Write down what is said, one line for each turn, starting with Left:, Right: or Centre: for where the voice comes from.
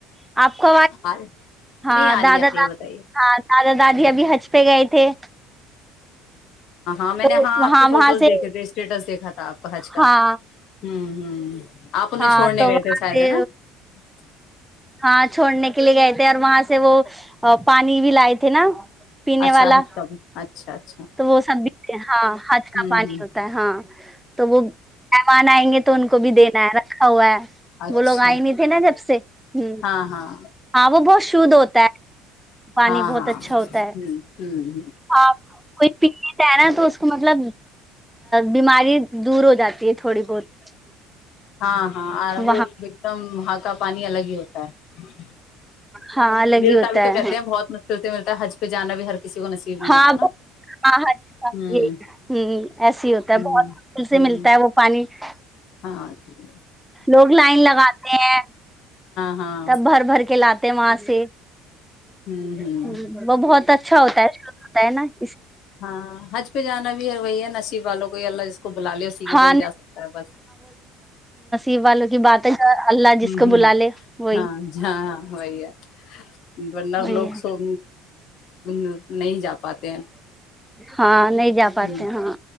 Centre: <unintelligible> آپ کو
Left: آ رہی
Centre: ہاں
Left: نہیں آ
Centre: دادا
Left: رہی آ رہی
Centre: داد
Left: ہے بتائیے
Centre: ہاں دادا دادی ابھی حج <unintelligible> سے گ تھے <inaudible>
Left: ہاں ہاں میں
Centre: تو
Left: نے ہاں
Centre: وہاں
Left: آپ کے فوٹوز
Centre: وہاں سے
Left: دیکھے تھے اسٹیٹس دیکھا تھا آپ کا حج کا
Centre: ہاں
Left: ہ ہ <unintelligible> آپ انہیں
Centre: ہاں
Left: چھوڑنے
Centre: تو
Left: گئے
Centre: وہاں
Left: تھے شاید
Centre: سے
Left: ہے نا <unintelligible>
Centre: ہاں چھوڑنے کے لیے گئے تھے اور وہاں سے وہ پانی بھی لائے تھے نا <unintelligible>
Left: اچھا
Centre: والا
Left: اچھا اچھا <unintelligible>
Centre: تو وہ س <unintelligible> ہاں <inaudible> ہد
Left: ہوں
Centre: کا پانی
Left: ہوں
Centre: ہوتا ہے ہاں تو وہ <unintelligible> مان آئیںے تو ان کو بھی دینا ہے نا <unintelligible> ا
Left: اچھا
Centre: وہ لوگ آئے نہیں تھے نا جب سے ہ
Left: ہاں ہاں
Centre: آ وہ بہت <unintelligible> شد ہوتا ہے <unintelligible> پانی
Left: ہاں
Centre: بہت
Left: ہاں
Centre: اچھا
Left: ہ ہ <unintelligible>
Centre: ہوتا ہے ہاں کوئی پیتا ہے نا تو اس کو مطلب بیماری دور ہو جاتی ہے تھوڑی بہت <unintelligible>
Left: ہاں ہاں آر
Centre: وہاں
Left: وہ وکرم <unintelligible> وہاں کا پانی الگ ہی ہوتا ہے <unintelligible>
Centre: ہاں الگ
Left: ملتا
Centre: ہی ہوتا
Left: بھی تو
Centre: ہے
Left: کہتے ہیں بہت مشکل سے ملتا ہے حج پہ جانا بھی ہر کسی کو نصیب نہیں
Centre: ہاں
Left: ہوتا نا
Centre: ہاں ہ ہ
Left: ہوں
Centre: ایس ہی ہوتا ہے
Left: ہوں
Centre: بہتل سے
Left: ہوں
Centre: ملتا ہے وہ پانی <unintelligible>
Left: ہاں جی <unintelligible>
Centre: لوگ لائن لگاتے ہیں <unintelligible>
Left: ہاں
Centre: تب بھر بھر کے لاتے <unintelligible> م سےے <unintelligible>
Left: ہوں ہوں
Centre: ہ وہ بہت اچھا <unintelligible> اچھا ہوتا ہے ش ہوتا ہے نا <unintelligible>
Left: ہاں حج پہ جانا بھی وہی ہے <unintelligible> نصیب والوں کوئی اللہ <unintelligible> کو بلا لو س کہ
Centre: ہاں
Left: وہی جا سکتا ہے بس <unintelligible>
Centre: ی والوں کی بات ہے اللہ جس
Left: ہوں
Centre: کو
Left: ہوں
Centre: بلا لے وہی
Left: ہاں
Centre: <unintelligible>
Left: ہاں وہی ہے ہاں <inaudible>
Centre: وہی
Left: لوگ
Centre: ہے
Left: سو نہیں جا پاتے ہیں
Centre: ہاں نہیں جا پاتے
Left: ہوں
Centre: ہاں